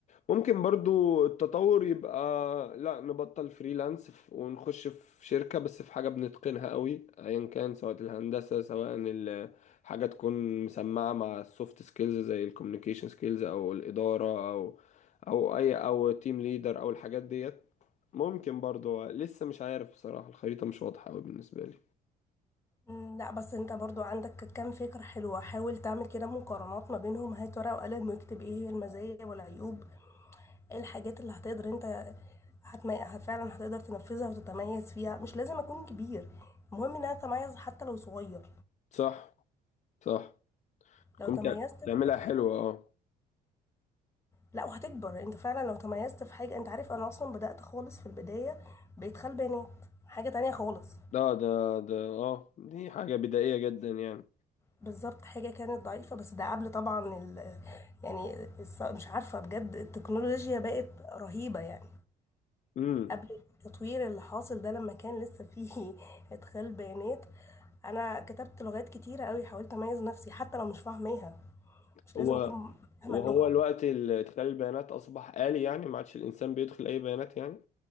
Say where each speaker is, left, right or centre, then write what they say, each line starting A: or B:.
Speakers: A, on the left; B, on the left.
A: ممكن برضو التطور يبقى لا نبطل فريلانس ف- ونخش في شركة بس في حاجة بنتقنها قوي ايا كان سواء الهندسة سواء ال- حاجة تكون مسمعة مع السوفت سكيلز زي الكوميونيكيشن سكيلز او الإدارة او او اي او تيم ليدر او الحاجات ديت ممكن برضو لسه مش عارف بصراحة الخريطة مش واضحة قوي بالنسبة لي
B: مم، لا بس انت برضو عندك كام فكرة حلوة حاول تعمل كده مقارنات ما بينهم هات ورقة وقلم واكتب ايه هي المزايا والعيوب ايه الحاجات اللي هتقدر انت هتما... هت- فعلا هتقدر تنفذها وتتميز فيها مش لازم اكون كبير المهم ان انا اتميز حتى لو صغير
A: صح صح
B: لو
A: كنت
B: تميزت في
A: تعملها
B: حاجة-
A: حلوة اه
B: لا وهتكبر انت فعلا لو تميزت في حاجة انت عارف انا اصلا بدأت خالص في البداية بإدخال بيانات حاجة تانية خالص
A: ده ده ده اه دي حاجة بدائية جدا يعني
B: بالضبط حاجة كانت ضعيفة بس ده قبل طبعًا ال يعني الص مش عارفة بجد التكنولوجيا بقت رهيبة يعني
A: امم
B: قبل التطوير اللي حاصل ده لما كان لسه فيه <laughs> إدخال بيانات أنا كتبت لغات كتيرة أوي حاولت أميز نفسي حتى لو مش فاهماها مش
A: هو
B: لازم أكون فاهمة
A: وهو
B: اللغة
A: الوقت اللي ادخال البيانات اصبح آلي يعني ما عادش الانسان بيدخل اي بيانات يعني